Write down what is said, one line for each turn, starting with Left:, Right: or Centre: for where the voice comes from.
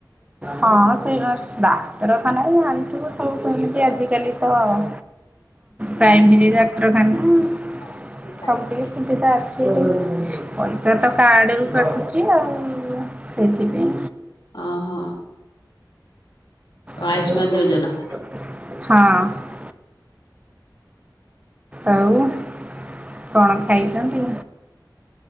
Right: ହଁ ସେଇଆ ସବୁ ଡାକ୍ତରଖାନାରେ ଜାଣି ଥିବ ସବୁ କେମିତି ଆଜିକାଲି ତ ହଁ
Left: ଓହୋ
Right: ପ୍ରାଇମେରୀ ଡାକ୍ତରଖାନା
Left: <unintelligible>
Right: ସବୁ ଟିକେ ସୁବିଧା ଅଛି ବୋଲି, ପଇସା ତ କାର୍ଡରୁ କଟୁଛି ଆଉ ସେଥିପାଇଁ
Left: ଅ ହ।
Right: ହଁ।
Left: ଆୟୁଷ୍ମାନ ଯୋଜନା
Right: ଆଉ କଣ ଖାଇଛନ୍ତି?